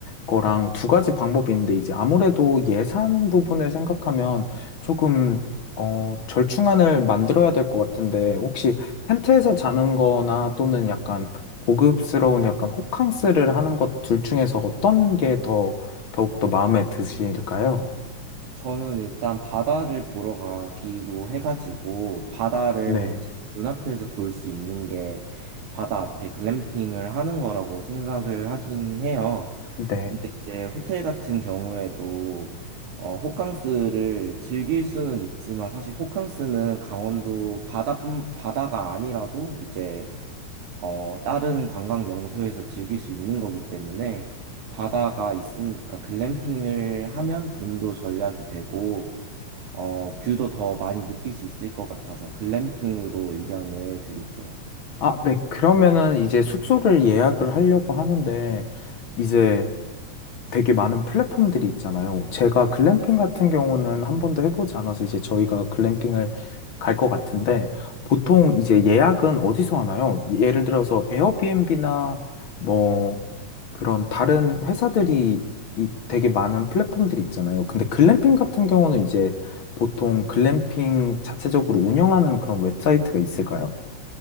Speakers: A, on the left; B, on the right.
A: 거랑 두 가지 방법이 있는데 이제 아무래도 예산 부분을 생각하면 조금 어, 절충안을 만들어야 될 것 같은데 혹시 텐트에서 자는 거나 또는 약간 고급스러운 약간 호캉스를 하는 것 둘 중에서 어떤 게 더 더욱더 마음에 드실까요?
B: 저는 일단 바다를 보러 가기로 해가지고 바다를
A: 네,
B: 제 눈앞에서 볼 수 있는 게 바다 앞에 글램핑을 하는 거라고 생각을 하긴 해요.
A: 네.
B: 근데 이제 호텔 같은 경우에도 어, 호캉스를 즐길 수는 있지만 사실 호캉스는 강원도 바다뿐 바다가 아니라도 이제 어, 다른 관광 명소에서 즐길 수 있는 거기 때문에 바다가 있으니까 글램핑을 하면 돈도 절약이 되고 어, 뷰도 더 많이 느낄 수 있을 것 같아서 글램핑으로 의견을 드릴게요.
A: 아, 네. 그러면은 이제 숙소를 예약을 하려고 하는데 이제 되게 많은 플랫폼들이 있잖아요. 제가 글램핑 같은 경우는 한 번도 해보지 않아서 이제 저희가 글램핑을 갈 것 같은데 보통 이제 예약은 어디서 하나요? 예를 들어서 에어비앤비나 뭐 그런 다른 회사들이 이- 되게 많은 플랫폼들이 있잖아요. 근데 글램핑 같은 경우는 이제 보통 글램핑 자체적으로 운영하는 그런 웹사이트가 있을까요?